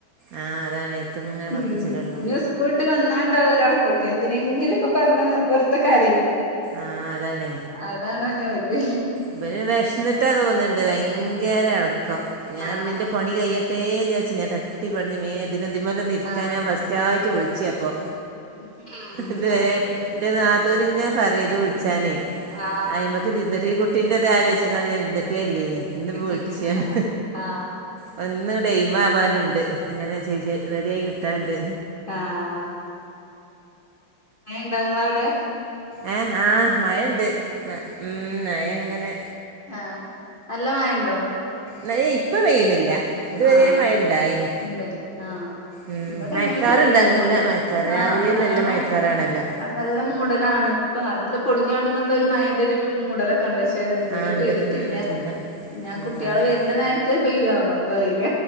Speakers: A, on the right (about 85°); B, on the left (about 45°).
A: ആ അതാണ് എത്തുങ്ങനെ
B: ഉം
A: പഠിപ്പിച്ചല് തൊടങ്ങും
B: ഞ് സ്കൂൾ ട്ട് വന്നാണ്ടാവും ഒരടക്കൊക്കെ എന്തിനെങ്കിലൊക്കെ പറഞ് വെറുത കരയും
A: ആഹ് അതാണ്
B: അതാണോഞ്ഞോല്
A: ഇവന് വിഷന്നിട്ടാ തോന്നുണ്ട് ഭയങ്കര ഇളക്കം ഞാൻ
B: ആഹ്
A: പിന്നെ എന്റെ പണി കഴിയ ട്ടേ ചാരിച്ചു ഞാൻ തട്ടി പട്ഞ് മേ തിനതിമലൊന്നും ഇര്ക്കാനാ
B: ആഹ്
A: ഫസ്റ്റ് ആയിട്ട് വിളിച്ചാ അപ്പൊ
B: ഉം
A: ഇതുവരെ
B: ഉറങ്ങി
A: ഇൻ്റെ നാത്തൂന് ഇങ്ങനെ പറയും ഇത് വിളിച്ചാനേ
B: ആ
A: അയി്മക്ക്തിര്ന്ന്ട്ട് ഈ കു ട്ടിന്റെറത് ആലോയ്ചിങ്ങാണ്ട് ഇര്ന്ന്ട്ടേല്ലേനി ഇന്ന്
B: ഇരുന്നിട്ടില്ല
A: വിളിച്ചാണ്
B: ആ
A: പൊ ഇന്ന് ദേയ്മാവാനുണ്ട് ഇങ്ങനെ ചെ ചെ റെഡിയായി കിട്ടാൻണ്ട്
B: ആഹ് മഴണ്ടോ ങ്ങളവിടെ
A: ഏഹ് ആഹ് മഴണ്ട് ന്ന് ഉം മഴ ഇങ്ങനെ
B: ആഹ് നല്ല മഴണ്ടോ
A: മഴ ഇപ്പ പെയ്യുന്നില്ല ഇതുവരെ
B: ആഹ്
A: മഴ ഇണ്ടായിനി
B: ഉണ്ട് ആഹ്
A: ഉം
B: ഇവടെ
A: മയക്കാറുണ്ട്
B: ഇങ്ങനെ തുള്ളിട്ടുങ്ങോണ്ട്
A: നല്ല മയക്കാറ്
B: ആഹ്
A: രാവിലെ
B: നല്ലോണം
A: നല്ല മയക്കാറാണല്ലോ
B: നല്ല മൂടലാണ് ഇപ്പൊ നല്ല പൊളിഞ്ഞാടും ന്നുള്ള ഒരു മഴൻ്റ ഒരു മൂടല് ക്കാണ് പക്ഷെ ഇതുവരെ
A: ആ ഉണ്ട്
B: പെയ്തിട്ടില്ല
A: ഉം നല്ല
B: ഇനി ആ
A: ഉം
B: കുട്ടികള്
A: അതന്നെ
B: വരുന്ന നേരത്ത് പെയ്യോ ആവോ അത് അതും അറിയില്ല